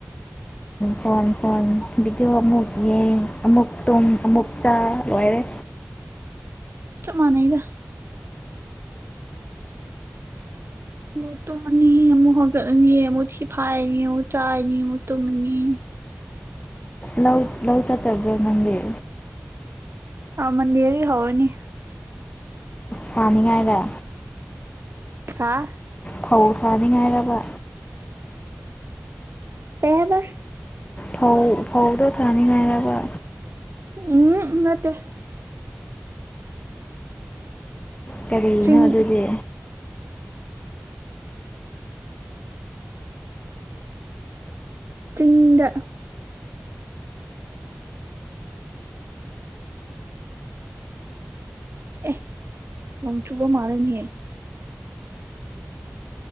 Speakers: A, on the left (about 30°); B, on the right (about 75°).
A: ꯈꯣꯟꯖꯦꯜꯁꯦ ꯌꯥꯝꯅ ꯄꯤꯛꯄꯅ ꯂꯧꯐꯝ ꯈꯪꯗꯔꯦ ꯐꯣꯟ ꯐꯣꯟ ꯚꯤꯗꯤꯑꯣ ꯑꯃꯨꯛ ꯌꯦꯡ ꯑꯃꯨꯛ ꯇꯨꯝ ꯑꯃꯨꯛ ꯆꯥ ꯂꯣꯏꯔꯦ
B: ꯆꯞ ꯃꯥꯟꯅꯩꯗ ꯃꯨꯛ ꯇꯨꯝꯃꯅꯤ ꯑꯃꯨꯛ ꯍꯧꯒꯠꯂꯅꯤ ꯑꯃꯨꯛ ꯊꯤꯐꯥꯏꯔꯅꯤ ꯑꯃꯨꯛ ꯆꯥꯏ ꯅꯤ ꯑꯃꯨꯛ ꯇꯧꯝꯃꯅꯤ
A: ꯂꯧ ꯂꯧ ꯆꯠꯇꯕ꯭ꯔ ꯅꯪꯗꯤ
B: ꯑ ꯃꯟꯗꯦꯗꯩ ꯍꯧꯔꯅꯤ
A: ꯊꯥꯅꯤꯡꯉꯥꯏꯔꯥ
B: ꯍꯥ
A: ꯐꯧ ꯊꯥꯅꯤꯡꯉꯥꯏꯔꯕ
B: ꯀꯩ ꯍꯥꯏꯕ
A: ꯐꯧ ꯐꯧꯗꯣ ꯊꯥꯅꯤꯡꯉꯥꯏꯔꯕ
B: ꯎꯝꯍꯝ ꯅꯠꯇꯦ
A: ꯀꯔꯤꯅꯣ
B: ꯆꯤꯡ
A: ꯑꯗꯨꯗꯤ
B: ꯆꯤꯡꯗ ꯑꯦ ꯅꯣꯡꯆꯨꯕ ꯃꯥꯜꯂꯦꯅꯦ